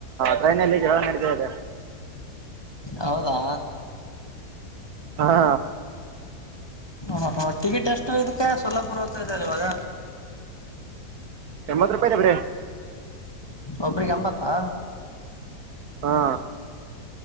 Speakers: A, on the right; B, on the left.
A: ಟ್ರೈನ್ಲ್ಲಿ ಕೆಲವ ನಡೀತಾ ಇದೆ
B: ಹೌದಾ
A: ಹಾ
B: ಹ ಹ ಟಿಕೆಟ್ ಎಷ್ಟು ಇದಕ್ಕೆ ಸ್ವಲ್ಪರ್ವತ ಇದದೆ ಇವಾಗ
A: ಎಂಬತ್ ರೂಪಾಯಿ ಇದೇವ್ರೀ
B: ಒಬ್ರಿಗೆ ಅಂಬತ್ತಾ
A: ಹಾ